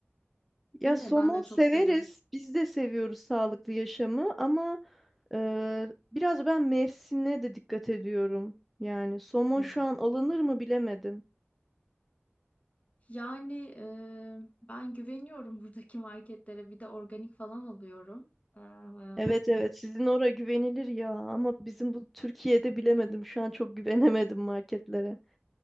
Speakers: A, in the centre; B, on the left (about 35°).
A: Ya
B: değil
A: somon
B: mi? Ben de çok
A: severiz.
B: seviyorum.
A: Biz de seviyoruz sağlıklı yaşamı ama e, biraz ben mevsimine de dikkat ediyorum. Yani somon
B: Hmm.
A: şu an alınır mı bilemedim.
B: Yani e, ben güveniyorum <laughs> buradaki marketlere. Bir de organik falan alıyorum. E, o
A: Evet evet sizin oraya güvenilir ya ama bizim bu Türkiye'de bilemedim şu an çok güvenemedim marketlere.